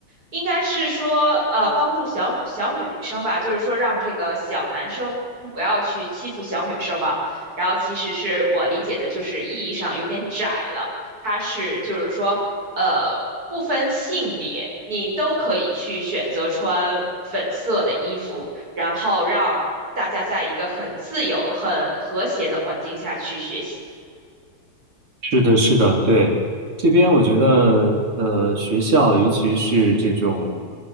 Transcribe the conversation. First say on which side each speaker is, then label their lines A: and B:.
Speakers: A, on the right; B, on the right.
A: 应该是说呃帮助小小女生吧，就是说让这个小男生。不要去欺负小女生吧，然后其实是我理解的，就是意义上有点窄了。它是就是说，呃，不分性别，你都可以去选择穿粉色的衣服，然后让大家在一个很自由、很和谐的环境下去学习。
B: 是的，是的，对，这边我觉得，呃，学校尤其是这种，